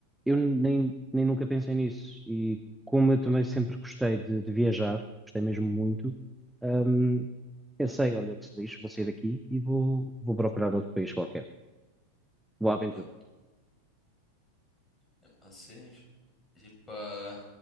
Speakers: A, in the centre; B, on the left.
A: eu nem, nem nunca pensei nisso. E como eu também sempre gostei de, de viajar, gostei mesmo muito, um, pensei,
B: Hum,
A: olha que se lixo, vou sair daqui e vou, vou procurar outro país qualquer. Vou à aventura.
B: pronto. É, Assim, ir para,